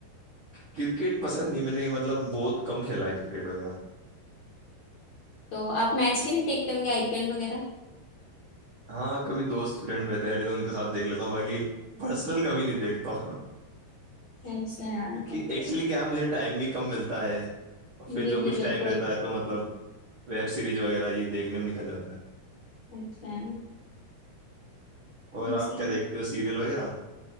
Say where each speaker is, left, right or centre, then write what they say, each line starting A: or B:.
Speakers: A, on the right; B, on the left.
A: کرکٹ پسند نہیں میں نے مطلب بہت کم کھیلا ہے کرکٹ وغیرہ
B: تو آپ میچ بھی نہیں دیکھتے ہوں گے آئی پی ایل وغیرہ
A: ہاں کبھی دوست فرینڈ بتے ہیں تو ان کے ساتھ دیکھ لیتا ہوں باقی پرسنل کبھی نہیں دیکھتا کیونکہ
B: اچھا اوکے،
A: ایکچولی کیا ہے مجھے ٹائم بھی کم ملتا ہے اور
B: جی
A: پھر جو
B: جی
A: کچھ ٹائم
B: بالکل
A: رہتا ہے تو مطلب ویب سری بج وغیرہ یہ دیکنے میں نکل جاتا ہے
B: اچھا جی
A: اور آپ کیا دیکھتے ہو سیریل وغیرہ